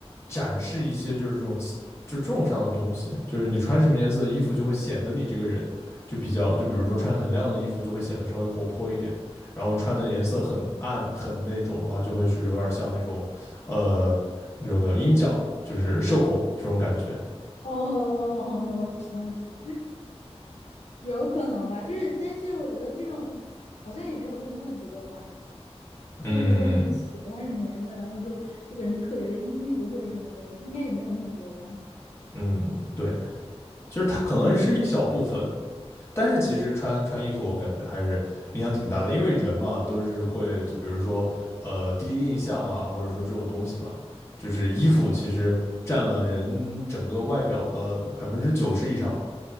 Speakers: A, on the left (about 25°); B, on the left (about 85°).
A: 展示一些就是这种就这种上的东西，就是你穿什么颜色的衣服就会显得你这个人就比较，就比如说穿很亮的衣服就会显得稍微活泼一点，然后穿的颜色很暗很那种的话，就会是有点像那种呃这个阴角，就是社恐这种感觉。
B: 哦哦哦，我知道，我知道。有可能吧，就是，但是我觉得这种好像也没有说那么多吧，就是说你喜欢什么颜色，
A: 嗯
B: 然后就这个人特别的阴郁或者什么的，应该也没有那么多吧。
A: 嗯，对，就是它可能是一小部分，
B: 嗯
A: 但是其实穿穿衣服，我感觉还是影响挺大的，因为人嘛都是会，就比如说呃第一印象啊，或者说这种东西嘛，就是衣服其实占了人整个外表的百分之九十以上嘛，